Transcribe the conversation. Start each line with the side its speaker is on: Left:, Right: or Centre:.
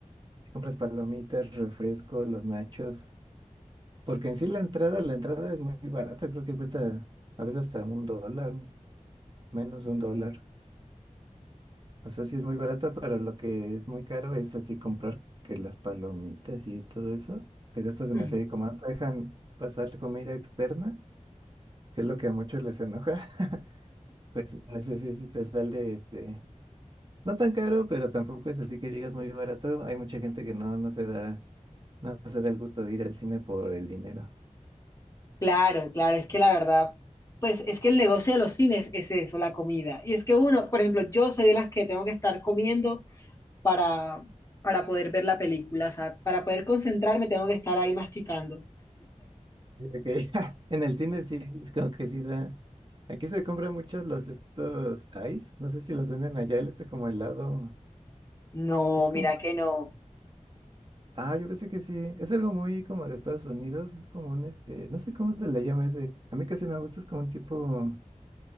Right: si compras palomitas, refresco, los nachos, porque en sí la entrada, la entrada es muy barata, creo que cuesta a veces hasta un dólar, menos de un dólar. O sea, sí es muy barata, pero lo que es muy caro es así comprar que las palomitas y todo eso, te gastas demasiado
Left: ujú.
Right: y como no te dejan pasar comida externa, que es lo que a muchos les enoja, <laughs> pues a veces sí, sí te sale este No tan caro, pero tampoco es así que digas muy barato. Hay mucha gente que no, no se da, no se da el gusto de ir al cine por el dinero.
Left: Claro, claro, es que la verdad, pues es que el negocio de los cines es eso, la comida. Y es que uno, por ejemplo, yo soy de las que tengo que estar comiendo para, para poder ver la película, o sea, para poder concentrarme tengo que estar ahí masticando.
Right: Yo que <laughs> en el cine sí, es como que sí da. Aquí se compran mucho los estos ice. No sé si los venden allá, el este como helado.
Left: No,
Right: Que es como.
Left: mira que no.
Right: Ah, yo pensé que sí. Es algo muy como de Estados Unidos. Es como un este. No sé cómo se le llama ese. A mí casi no me gusta, es como un tipo.